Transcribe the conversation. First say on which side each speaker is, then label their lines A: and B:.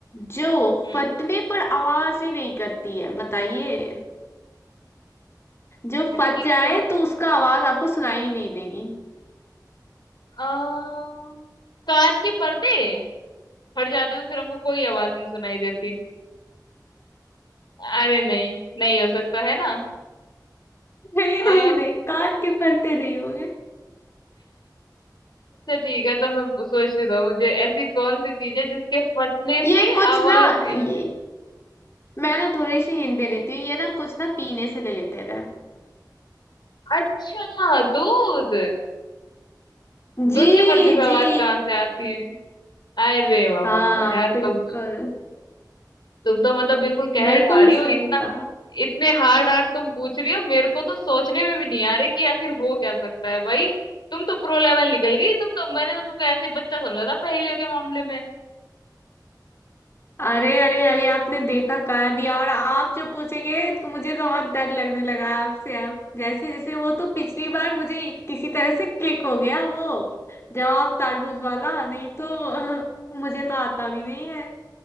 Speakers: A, on the left; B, on the left.
A: जो
B: हम्म
A: फटने पर आवाज ही नहीं करती है बताइए जो
B: ऐसी
A: फट
B: कौन
A: जाए तो उसका आवाज आपको सुनाई ही नहीं देगी <laughs>
B: आ, कान के पर्दे फट जाते तो फिर हमको कोई आवाज नहीं सुनाई देती अरे नहीं नहीं हो सकता है ना
A: नहीं
B: अ,
A: नहीं नहीं कान के पर्दे नहीं होंगे
B: अच्छा ठीक है तो मैं पू- सोचने दो मुझे ऐसी कौन सी चीज है जिसके फटने
A: ये
B: से
A: कुछ
B: आवाज
A: ना
B: नहीं
A: ये,
B: आती
A: मैं ना थोड़ी सी हिंट दे देती हूँ ये ना कुछ ना पीने से ले लेते थे
B: अच्छा दूध दूध
A: जी
B: के फटने पे आवाज
A: जी
B: कहाँ से आती है अरे वाह
A: हाँ
B: वाह वाह यार
A: बिल्कुल
B: तुम तुम तो मतलब बिल्कुल कह
A: बिल्कुल
B: ढारी हो
A: सही
B: इतना
A: कहा
B: इतने हार्ड हार्ड तुम पूछ रही हो मेरे को तो सोचने में भी नहीं आ रही कि आखिर हो क्या सकता है भाई तुम तो प्रो लेवल निकल गई तुम तो मैंने तो तुमको ऐसे ही बच्चा समझा था पहेलियों के मामले में
A: अरे अरे अभी आपने देखा कहाँ दिया और आप जो पूछेंगे तो मुझे तो बहुत डर लगने लगा है आपसे अब जैसे जैसे वो तो पिछली बार मुझे किसी तरह से क्लिक हो गया वो जवाब तारबूज वाला नहीं तो <laughs> अ, मुझे तो आता भी नहीं है